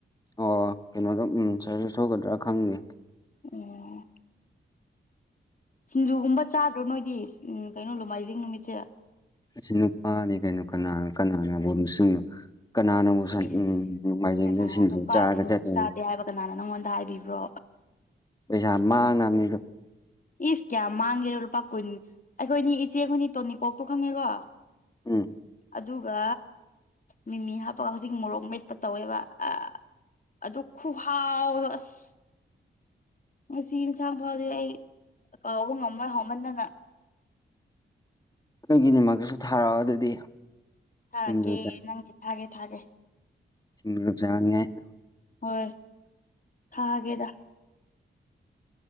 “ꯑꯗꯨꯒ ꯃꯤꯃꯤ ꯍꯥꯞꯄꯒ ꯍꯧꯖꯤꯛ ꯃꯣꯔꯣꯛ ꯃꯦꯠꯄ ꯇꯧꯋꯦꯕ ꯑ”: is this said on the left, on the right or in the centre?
Left